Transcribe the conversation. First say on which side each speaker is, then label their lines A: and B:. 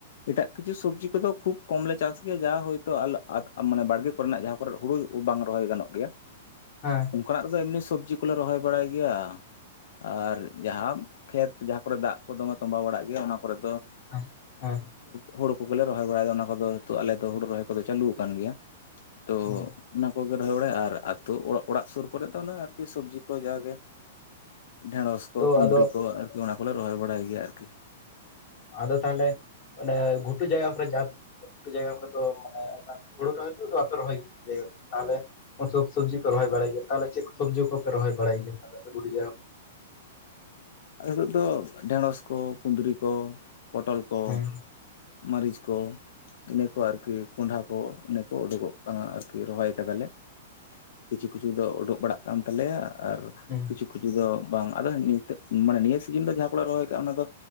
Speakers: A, on the left (about 65°); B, on the left (about 35°).
A: ᱮᱴᱟᱜ ᱠᱤᱪᱷᱩ ᱥᱚᱵᱽᱡᱤ ᱠᱚᱫᱚ ᱠᱷᱩᱵ ᱠᱚᱢᱞᱮ ᱪᱟᱥ ᱜᱮᱭᱟ ᱡᱟ ᱦᱳᱭᱛᱚ <unintelligible> ᱢᱟᱱᱮ ᱵᱟᱲᱜᱮ ᱠᱚᱨᱮᱱᱟᱜ ᱡᱟᱦᱟᱸ ᱠᱚᱨᱮᱫ ᱦᱩᱲᱩ ᱵᱟᱝ ᱨᱚᱦᱚᱭ ᱜᱟᱱᱚᱜ ᱜᱮᱭᱟ
B: ᱦᱮ‌
A: ᱚᱱᱠᱟᱱᱟᱜ ᱨᱚᱫᱚ ᱮᱢᱱᱤ ᱥᱚᱵᱽᱡᱤ ᱠᱚᱞᱮ ᱨᱚᱦᱚᱭ ᱵᱟᱲᱟᱭ ᱜᱮᱭᱟ ᱟᱨ ᱡᱟᱦᱟᱸ ᱠᱷᱮᱛ ᱡᱟᱦᱟᱸ ᱠᱚᱨᱮ ᱫᱟᱜ ᱠᱚ ᱫᱚᱢᱮ ᱛᱚᱸᱵᱟ ᱵᱟᱲᱟᱜ ᱜᱮᱭᱟ ᱚᱱᱟ ᱠᱚᱨᱮ ᱫᱚ
B: ᱦᱮᱸ ᱦᱮᱸ
A: ᱦᱩᱲᱩ ᱠᱚᱜᱞᱮ ᱨᱚᱦᱚᱭ ᱵᱟᱲᱟᱭᱟ ᱚᱱᱟ ᱠᱚᱫᱚ ᱦᱤᱛᱳᱜ ᱟᱞᱮ ᱫᱚ ᱦᱩᱲᱩ ᱨᱚᱦᱚᱭ ᱠᱚᱫᱚ ᱪᱟᱞᱩᱣ ᱠᱟᱱ ᱜᱮᱭᱟ ᱛᱚ
B: ᱦᱮᱸ
A: ᱚᱱᱟ ᱠᱚᱜᱮ ᱨᱮᱣᱲᱮ ᱟᱨ ᱟᱛᱩ ᱚᱲ ᱚᱲᱟᱜ ᱥᱩᱨ ᱠᱚᱨᱮ ᱫᱚ ᱩᱱᱟᱹᱜ ᱟᱨᱠᱤ ᱥᱚᱵᱡᱤ ᱠᱚ ᱡᱟᱜᱮ ᱰᱷᱮᱸᱲᱚᱥ ᱠᱚ
B: ᱛᱚ
A: ᱠᱩᱸᱫᱽᱨᱤ
B: ᱟᱫᱚ
A: ᱠᱚ ᱟᱨᱠᱤ ᱚᱱᱟ ᱠᱚᱞᱮ ᱨᱚᱦᱚᱭ ᱵᱟᱲᱟᱭ ᱜᱮᱭᱟ ᱟᱨᱠᱤ
B: ᱟᱫᱚ ᱛᱟᱦᱞᱮ ᱚᱱᱮ ᱜᱷᱩᱴᱩ ᱡᱟᱭᱜᱟ ᱠᱚᱨᱮ ᱡᱟ ᱡᱟᱭᱜᱟ ᱠᱚᱨᱮ ᱫᱚ ᱢᱟᱱᱮ ᱚᱱᱟ ᱦᱩᱲᱩ ᱨᱚᱦᱚᱭ ᱠᱚ ᱵᱟᱯᱮ ᱨᱚᱦᱚᱭ ᱡᱟᱭᱦᱳᱠ ᱛᱟᱦᱞᱮ ᱥᱚᱵᱡᱤ ᱯᱮ ᱨᱚᱦᱚᱭ ᱵᱟᱲᱟᱭ ᱜᱮᱭᱟ ᱛᱟᱦᱚᱞᱮ ᱪᱮᱜ ᱠᱚ ᱥᱚᱵᱡᱤ ᱠᱚᱯᱮ ᱵᱟᱲᱟᱭ ᱜᱮᱭᱟ? <unintelligible>
A: ᱟᱞᱮᱥᱮᱜ ᱫᱚ ᱰᱷᱮᱸᱲᱚᱥ ᱠᱚ ᱠᱩᱸᱫᱽᱨᱤ ᱠᱚ ᱯᱚᱴᱚᱞ ᱠᱚ᱾
B: ᱦᱮᱸ
A: ᱢᱟᱹᱨᱤᱪ ᱠᱚ ᱤᱱᱟᱹ ᱠᱚ ᱟᱨᱠᱤ ᱠᱚᱸᱰᱦᱟ ᱠᱚ᱾ ᱤᱱᱟᱹᱠᱚ ᱩᱰᱩᱠᱚᱜ ᱠᱟᱱᱟ ᱟᱨᱠᱤ ᱨᱚᱦᱚᱭ ᱠᱟᱫᱟᱞᱮ᱾ ᱠᱤᱪᱷᱩ ᱠᱤᱪᱷᱩ ᱫᱚ ᱩᱰᱳᱜ ᱵᱟᱲᱟᱜ ᱠᱟᱱ ᱛᱟᱞᱮᱭᱟ ᱟᱨ
B: <inaudible>
A: ᱠᱷᱩᱪᱩ ᱫᱚ ᱵᱟᱝ ᱟᱫᱚ ᱱᱤᱛᱟᱹᱜ ᱢᱟᱱᱮ ᱱᱤᱭᱟᱹ ᱥᱤᱡᱤᱱ ᱫᱚ ᱡᱟᱦᱟᱸ ᱠᱚᱞᱮ ᱨᱚᱦᱚᱭ ᱟᱠᱟᱜᱼᱟ ᱚᱱᱟ ᱫᱚ